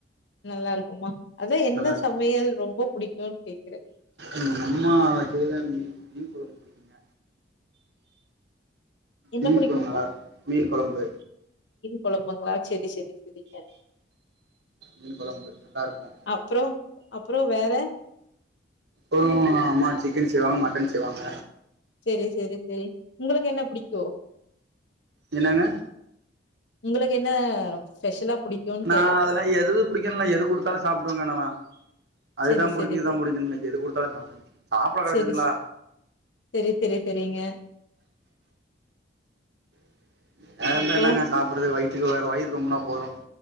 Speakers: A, on the left; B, on the right.
A: நல்லாருக்குமா அதா என்ன
B: இருக்கு
A: சமையல் ரொம்ப புடிக்குன் கேக்குறே
B: எங்க அம்மா வச்சதுல மீன் மீன் கொழம்பு புடிக்குங்க
A: என்ன
B: மீன்
A: புடிக்குங்க?
B: கொழம்பு நல்லா மீன் கொழம்பு
A: கொழம்பங்ளா செரி செரி சரிங்க
B: மீன் கொழம்பு நல்லா இருக்கு
A: அப்பறோ அப்புறோ வேற
B: அப்றோம் அம்மா சிக்கன் செய்வாங்க மட்டன் செய்வாங்க
A: சேரி சேரி சேரி உங்களுக் என்ன புடிக்கு
B: என்னாங்க
A: உங்களுக்கு என்ன ஸ்பெஷலா புடிக்கும்னு
B: நா
A: கேட்டேன்.
B: அதெலா எது புடிக்குன்லா எது குடுத்தாலு சாப்டுவங்க நாலா அதுதா
A: சரி,
B: புடிக்கு
A: சரி,
B: இதா
A: சரி.
B: புடிக்குன்ல எது குடுத்தாலு சாப்டுவ சாப்பாடு கெடச்சதுங்ளா
A: சரி, சரி, சரி, சரிங்க.
B: <unintelligible>
A: அப்புறம்?
B: என்னாங்க சாப்றது வயித்துக்கு வேற வயிற் நோம்புனா போது